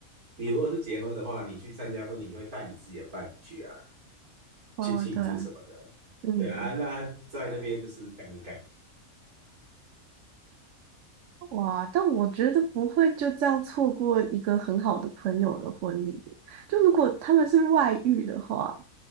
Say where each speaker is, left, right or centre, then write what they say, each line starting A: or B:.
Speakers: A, on the right; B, on the right.
A: 你如果是结婚的话，你去参加婚礼，你会带你自己的伴侣去啊，
B: 哦，
A: 去庆祝什么的。
B: 对啊，嗯，
A: 对啊，那在那边就是尴尬，
B: 哇，但我觉得不会就这样错过一个很好的朋友的婚礼耶就如果他们是外遇的话，